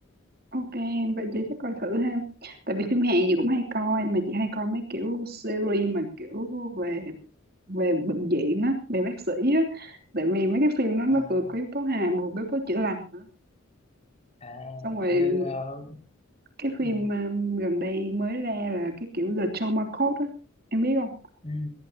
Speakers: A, on the right; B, on the left.
A: ok vậy chị chắc coi thử ha tại vì phim Hàn gì cũng hay coi mà chị hay coi mấy kiểu series mà kiểu về về bệnh viện á về bác sĩ á tại vì mấy cái phim đó nó
B: à,
A: vừa có yếu tố hài mà vừa có yếu tố chữa lành nữa
B: à
A: xong rồi
B: như ờ,
A: cái phim
B: ừ,
A: um, gần đây mới ra là cái kiểu The Trauma Code á em biết không
B: ừ,